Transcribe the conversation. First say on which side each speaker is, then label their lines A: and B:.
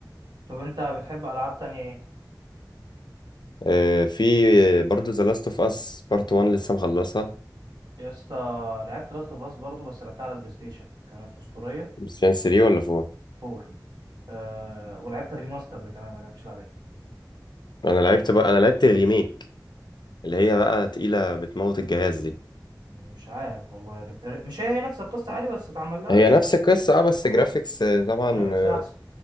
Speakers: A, on the right; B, on the left.
A: طب انت بتحب ألعاب تانية ايه؟
B: آه، في برضو ذا لاست اوف اس بارت 1 لسه مخلصها
A: يا اسطى لعبت لاست اوف اس برضه بس لعبتها على البلاي ستيشن كانت أسطورية
B: بس كان 3 ولا 4
A: 4 آه ولعبت الريماستر ده كمان ما لعبتش العادية
B: انا لعبت بقى انا لعبت الريميك اللي هي بقى تقيله بتموت الجهاز دي
A: مش عارف والله الر- الر- مش هي هي نفس القصة عادي بس اتعمل لها
B: هي نفس القصه اه بس جرافيكس آه، طبعا
A: جرافيكس
B: اه
A: أحسن